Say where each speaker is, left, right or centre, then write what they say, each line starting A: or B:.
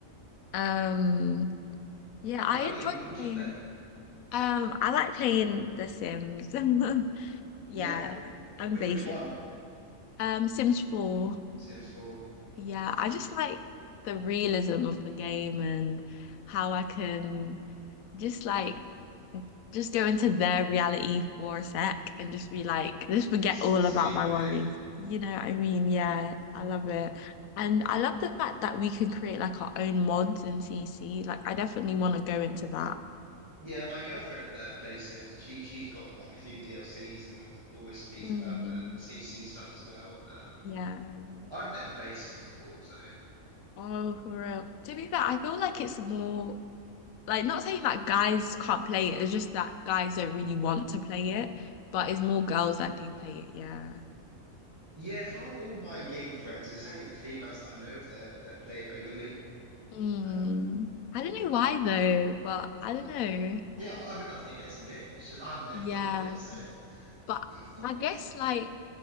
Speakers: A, on the left; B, on the right.
A: Um, yeah, I
B: What about
A: enjoy
B: you? What would
A: playing.
B: you play?
A: Um, I like playing The Sims. <laughs> Yeah,
B: Yeah.
A: I'm
B: Which,
A: basic.
B: which one?
A: Um, Sims 4.
B: Sims 4.
A: Yeah, I
B: Yeah,
A: just like the realism of the game and how I can just like just go into their reality for a sec and just be like, just forget
B: es-
A: all
B: escape
A: about my
B: a bit.
A: worries. You know what I mean? Yeah, I love it. And I love the fact that we can create like our own mods in CC. Like, I definitely want to go into that.
B: Yeah, my girlfriend uh, plays Sims. and She she's got like a few DLCs and always speaks
A: Mm,
B: about the the CC stuff as well. Um,
A: yeah.
B: I've never played Sims before, so
A: Oh, for real. To be fair, I feel like it's more like not saying that guys can't play it, it's just that guys don't really want to play it, but it's more girls that do play it, yeah.
B: <laughs> yeah. From all, all my gamer friends, it's only the females that I know of that that play it regularly.
A: Mm.
B: Uh,
A: I don't know why though, but I don't know.
B: yeah, I've, I've got nothing against the game. It's just I've never
A: Yeah,
B: tried it, so
A: but
B: <clears throat>
A: I guess like